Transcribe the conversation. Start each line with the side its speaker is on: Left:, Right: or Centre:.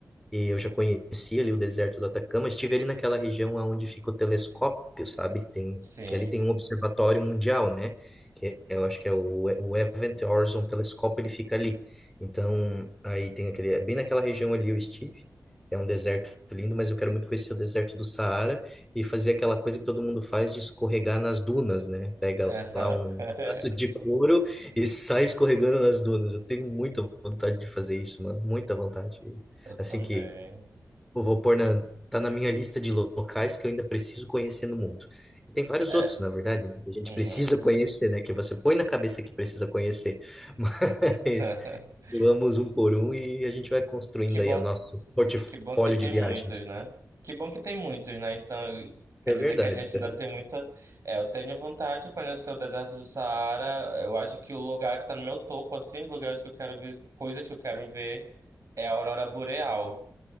Centre: E eu já conheci ali o deserto do Atacama, estive ali naquela região onde fica o telescópio, sabe? Tem,
Right: Sim.
Centre: que ali tem um observatório mundial, né? Que é- eu acho que é o, o Event Horizon Telescope, ele fica ali. Então, aí tem aquele, é bem naquela região ali eu estive. É um deserto lindo, mas eu quero muito conhecer o deserto do Saara e fazer aquela coisa que todo mundo faz de escorregar nas dunas, né? Pega
Right: Aham.
Centre: lá um
Right: <laughs>
Centre: pedaço de couro e sai escorregando nas dunas. Eu tenho muita vontade de fazer isso, mano, muita vontade.
Right: Eu também.
Centre: Assim que Vou vou pôr na, tá na minha lista de locais que eu ainda preciso conhecer no mundo. E tem vários
Right: É.
Centre: outros, na verdade, né, que a gente
Right: Uhum.
Centre: precisa conhecer, né? Que você põe na cabeça que precisa conhecer. <laughs> Mas
Right: <laughs>
Centre: vamos um por um e a gente vai construindo
Right: Que bom
Centre: aí o nosso portfólio
Right: Que bom que tem
Centre: de viagens.
Right: muitos, né? Que bom que tem muitos, né? Então, quer
Centre: É
Right: dizer
Centre: verdade,
Right: que a gente
Centre: cara.
Right: ainda tem muita. É, eu tenho vontade de conhecer o deserto do Saara. Eu acho que o lugar que tá no meu topo, assim, lugares que eu quero ver, coisas que eu quero ver, é a aurora boreal.